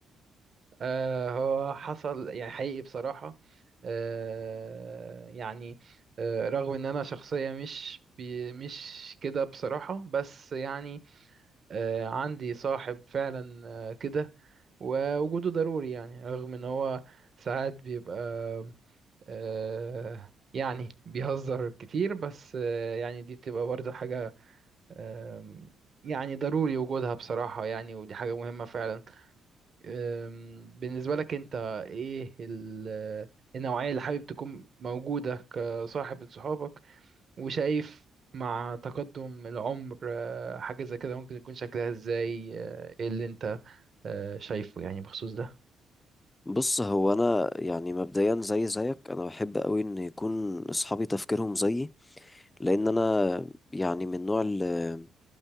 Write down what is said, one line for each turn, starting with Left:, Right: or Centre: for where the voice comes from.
Right: آه هو حصل يعني حقيقي بصراحة آه يعني آه رغم ان انا شخصية مش بي مش كده بصراحة بس يعني آه عندي صاحب فعلا آه كده ووجوده ضروري يعني رغم ان هو ساعات بيبقى آه يعني بيهزر كتير بس آه يعني دي بتبقى برضه حاجة آه يعني ضروري وجودها بصراحة يعني ودي حاجة مهمة فعلا أم، بالنسبة لك انت ايه ال- النوعية اللي حابب تكون موجودة كصاحب لصحابك وشايف مع تقدم العمر آه، حاجة زي كده ممكن يكون شكلها ازاي آه، ايه اللي انت آه، شايفه يعني بخصوص ده
Left: بص هو انا يعني مبدئيا زي زيك انا بحب قوي ان يكون اصحابي تفكيرهم زيي لان انا يعني من نوع ال-